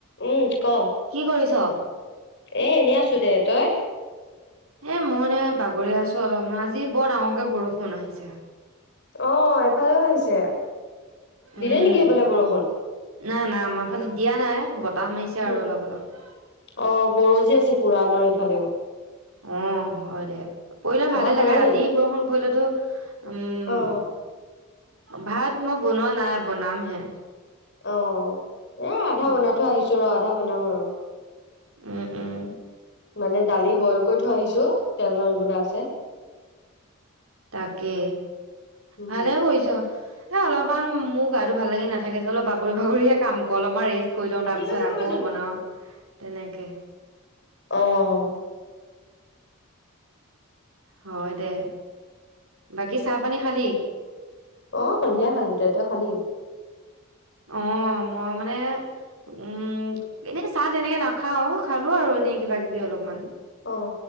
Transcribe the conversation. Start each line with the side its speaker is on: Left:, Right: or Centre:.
Left: উম ক'।
Right: কি কৰিছোঁ?
Left: এ এনেই আছোঁ দে। তই?
Right: এই মই এনে বাগৰি আছোঁ অলপমান আজি বৰ ডাঙৰকৈ বৰষুণ আহিছে।
Left: অ এফালেও আহিছে দিলে
Right: উম,
Left: নেকি সেইফালে বৰষুণ?
Right: নাই, নাই আমাৰ ফালে দিয়া নাই বতাহ মাৰিছে আৰু
Left: উম
Right: অলপ, অলপ।
Left: অ, গৰজি আছে পুৰা আমাৰ এইফালেও।
Right: অ হয় দে পৰিলে ভালে
Left: ভাত
Right: লাগে
Left: বনালি
Right: ৰাতি বৰষুণ পৰিলেতো উম,
Left: অহ।
Right: ভাত মই বনোৱা নাই বনাম হে।
Left: অ, এ আধা
Right: উম,
Left: বনাই থৈ আহিছো ৰ' আধা বনাম আৰু।
Right: উম, উম।
Left: মানে দালি বইল কৰি থৈ আহিছোঁ তেল মাৰিবলৈ আছে।
Right: তাকে
Left: উম
Right: ভালে কৰিছোঁ। হে অলপমান মোৰ গাটো ভাল লাগি নাথাকে যে অলপ বাগৰি বাগৰিয়ে কাম কৰোঁ অলপমান ৰেষ্ট কৰি লওঁ তাৰপিছত
Left: কি কৈছে
Right: আকৌ
Left: ৰবা জল্দি
Right: বনাওঁ তেনেকে।
Left: অহ।
Right: হয় দে, বাকী চাহপানী খালি?
Left: অ সন্ধিয়াই খালোঁ, <unintelligible> তই খালি?
Right: অ মই মানে। উম এনে চাহ তেনেকে নাখাওঁ খালোঁ আৰু এনেই কিবা কিবি অলপমান।
Left: অ